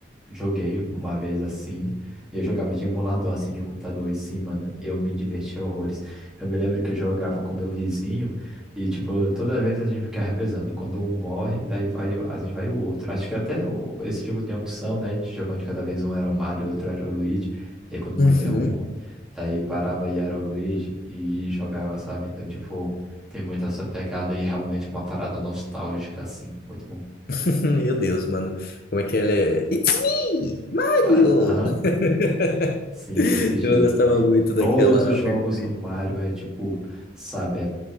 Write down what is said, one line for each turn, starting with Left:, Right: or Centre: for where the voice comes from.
Centre: joguei uma vez assim. E eu jogava de emulador, assim, de computador. E sim, mano, eu me divertia horrores. Eu me lembro que eu jogava com meu vizinho. E, tipo, toda vez a gente ficava revezando. Quando um morre, daí vai, o- a gente vai o outro. Acho que até o- esse jogo tem a opção, né? De jogar um de cada vez. Um era o Mario, outro era o Luigi. E aí, quando morria
Left: Uhum.
Centre: um, daí parava e era o Luigi. E jogava, sabe? Então, tipo. Tem muito essa pegada e realmente uma parada nostálgica, assim. Muito bom.
Left: <laughs> Meu Deus, mano. Como é que ela é? It's me, Mario!
Centre: Mano, aham.
Left: <laughs>
Centre: Sim, desse jeito.
Left: Eu gostava
Centre: E
Left: muito daquela
Centre: todos os jogos
Left: abertura.
Centre: do Mario é tipo, sabe,